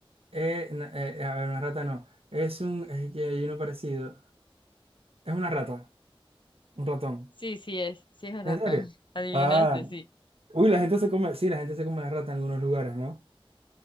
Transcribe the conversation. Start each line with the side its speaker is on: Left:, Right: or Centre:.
Right: eh, n- eh, eh, a ver, una rata no. Es un, es que hay uno parecido. Es una rata, un ratón.
Left: Sí, sí es, sí es un
Right: ¿En
Left: ratón,
Right: serio?
Left: <laughs> adivinaste,
Right: Ah,
Left: sí.
Right: uy, la gente se come, sí, la gente se come la rata en algunos lugares, ¿no?